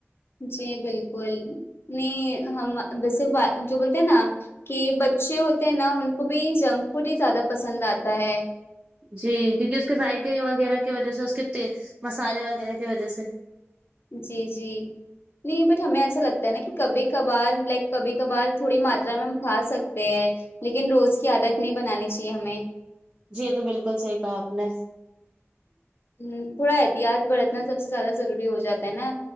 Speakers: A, on the left; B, on the right.
A: جی بالکل نہیں ہم ویسے جو بولتے نا کہ بچے ہوتے ہیں نا ان کو بھی جنک فوڈ ہی زیادہ پسند آتا ہے
B: جی کیونکہ اس کے ذائقے وغیرہ کی وجہ سے اس کے مسالے وغیرہ کی وجہ سے
A: جی جی نہیں بٹ ہمیں ایسا لگتا ہے نا کہ کبھی کبھار لائک کبھی کبھار تھوڑی ماترا میں ہم کھا سکتے ہیں لیکن روز کی عادت نہیں بنانی چاہیے ہمیں
B: جی یہ تو بالکل صحیح کہا آپ نے
A: ہ تھوڑا احتیاط برتنا سب سے زیادہ ضروری ہو جاتا ہے نا